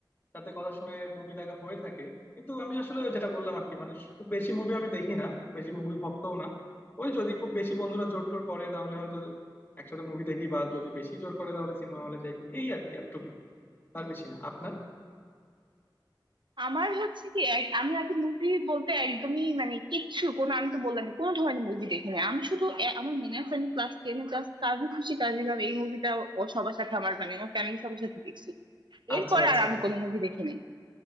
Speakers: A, on the left; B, on the right.
A: রাতে কথা শুনে মুভি দেখা হয়ে থাকে কিন্তু আমি আসলে যেটা বললাম আর কি মানে খুব বেশি মুভি আমি দেখি না খুব বেশি মুভি ভক্তও না ওই যদি খুব বেশি বন্ধুরা জোর টোর করে তাহলে হয়তো একসাথে মুভি দেখি বা যদি বেশি জোর করে তাহলে সিনেমা হলে যাই এই আর কি এতটুকুই তার বেশি না আপনার
B: আমার হচ্ছে কি এক- আমি আগে মুভি বলতে একদমই মানে কিচ্ছু কোনো আমি তো বললাম কোনো ধরনের মুভি দেখিনি আমি শুধু এ- আমার মনে আছে আমি ক্লাস টেনে জাস্ট কাজী খুশি কাজী গাম এই মুভিটা ও সবার সাথে আমার মানে আমার ফ্যামিলি সবার সাথে দেখছি
A: আচ্ছা
B: এরপরে
A: আচ্ছা
B: আর আমি কোনো মুভি দেখিনি